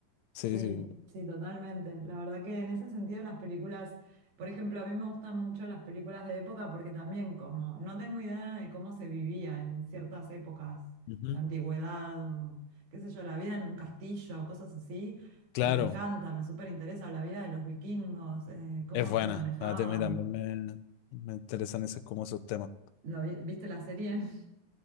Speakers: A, on the left; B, on the right.
A: sí,
B: Sí,
A: sí.
B: sí, totalmente. La verdad que en ese sentido las películas, por ejemplo, a mí me gustan mucho las películas de época porque también como no tengo idea de cómo se vivía en ciertas épocas,
A: Ujú.
B: en la antigüedad, o, qué sé yo, la vida en un castillo, cosas así,
A: Claro,
B: me encanta, me súper interesa la vida de los vikingos, eh, cómo
A: es buena.
B: se manejaban.
A: A mí también me, me interesan esos, como esos temas.
B: ¿Lo vi- viste la serie? <laughs>